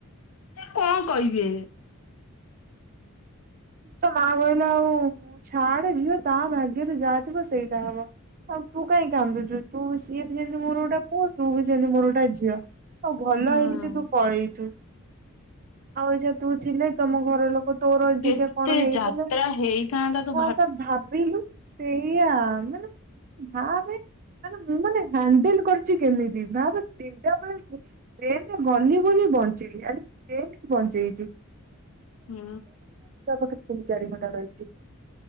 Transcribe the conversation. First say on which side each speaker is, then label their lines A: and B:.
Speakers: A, on the left (about 70°); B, on the right (about 40°).
A: <inaudible> କଁ କହିବେ
B: ତା ମା କହିଲା ଆଉ ଛାଡେ ଝିଅ ତା ଭାଗ୍ୟରେ ଯାହା ଥିବ ସେଇଆ ହବ। ଆଉ ତୁ କାଇଁ କାନ୍ଦୁଚୁ ତୁ ସିଏ ବି ଯେମ୍ତି ମୋର ଗୋଟା ପୁଅ, ତୁ ବି ସେମ୍ତି ମୋର ଗୋଟା ଝିଅ। ଆଉ ଭଲ
A: ହୁଁ
B: ହେଇଚି ସେ ତୁ ପଳେଇଚୁ। ଆଉ ଏଯୋଉ ତୁ ଥିଲେ ତମ ଘର ଲୋକ ତୋର ଅଧିକା
A: ଏତେ
B: କଣ ହେଇଥିଲେ
A: ଯାତ୍ରା ହେଇଥାନ୍ତା ତୁ
B: ହଁ ତ ଭାବିଲୁ ସେଇଆ ମାନେ ଭାବେ ମାନେ ମୁଁ ମାନେ ହାଣ୍ଡେଲ୍ କରିଚି କେମିତି, ଭାବେ ତିନ୍ଟା ବେଳେ ଟ୍ରେନେରେ ଗଲି ବୋଲି ବଞ୍ଚିଲି ଆଜି ଟ୍ରେନେ ବଞ୍ଚେଇଚି।
A: ହୁଁ।
B: ତିନି ଚାରି ଘଣ୍ଟା <unintelligible>